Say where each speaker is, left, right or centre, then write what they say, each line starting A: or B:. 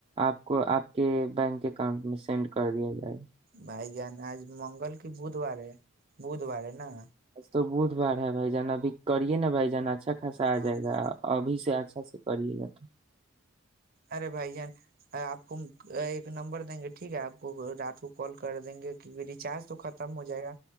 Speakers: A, on the right; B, on the right.
A: آپ کو آپ کے بینک اکاؤنٹ میں سینڈ کر دیا جائےا
B: بھائی جان آج منگل کی بدوار ہے بدوار ہے نا
A: آج تو بدھ بار ہے بھائی جان اب بھی کریے نا بھائی جان اچھا خاصا آ
B: ہاں
A: جائے
B: بھائی
A: گا ابھی سےچھ سے پی گیا تو
B: ارے بھائی جان آپ کو ایک نمبر دیں گے ٹھیک ہے آپ کو رات کو کال کر دیں گے کیکہ ریچارج تو ختم ہو جائے گا